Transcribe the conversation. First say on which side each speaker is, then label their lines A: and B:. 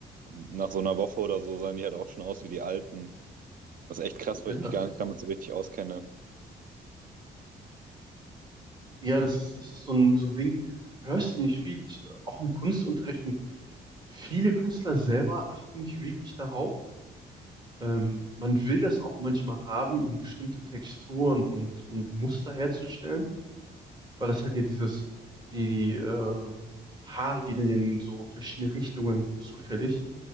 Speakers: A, on the right; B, on the right.
A: nach so einer Woche oder so sahen die halt auch schon aus wie die alten. Das ist echt krass,
B: Ja,
A: weil ich mich gar nicht damit so richtig auskenne.
B: Ja, das ist, das ist so ein, so ein Ding. Hörst du nicht viel? Ich, auch im Kunstunterricht und viele Künstler selber achten nicht wirklich darauf. Ähm, man will das auch manchmal haben, um bestimmte Texturen und, und Muster herzustellen, weil das halt ja dieses, die, die ähm, Haare gehen dann ja in so verschiedene Richtungen zufällig.